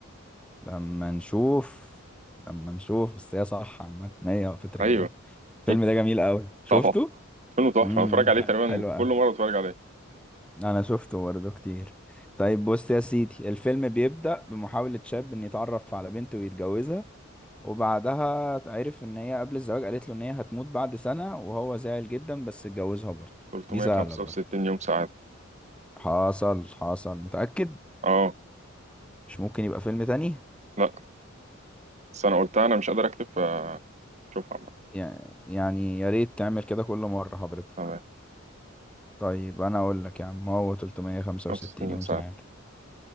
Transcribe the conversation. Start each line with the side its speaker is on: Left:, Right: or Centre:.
Centre: لما نشوف لما نشوف بس هي صح عامة هي وقفة رجالة
Right: ايوه
Centre: الفيلم
Right: <laughs>
Centre: ده جميل قوي شفته
Right: طبعا فيلم تحفة
Centre: امم
Right: انا بتفرج عليه
Centre: ح-
Right: تقريبا
Centre: حلو قوي
Right: كل مرة بتفرج عليه
Centre: انا شفته برضه كتير طيب بص يا سيدي الفيلم بيبدأ بمحاولة شاب ان يتعرف على بنت ويتجوزها وبعدها عرف ان هي قبل الزواج قالت له ان هي هتموت بعد سنة وهو زعل جدا بس اتجوزها برضه
Right: 365
Centre: دي سهلة برضه
Right: يوم سعادة
Centre: حصل حصل متأكد
Right: اه
Centre: مش ممكن يبقى فيلم تاني
Right: لا بس انا قلتها انا مش قادر اكتب فشوفها عامة
Centre: يع- يعني يا ريت تعمل كده كل مرة حضرتك
Right: تمام
Centre: طيب انا اقول لك يا عم هو 365
Right: 65 يوم
Centre: يوم
Right: سعادة
Centre: سعادة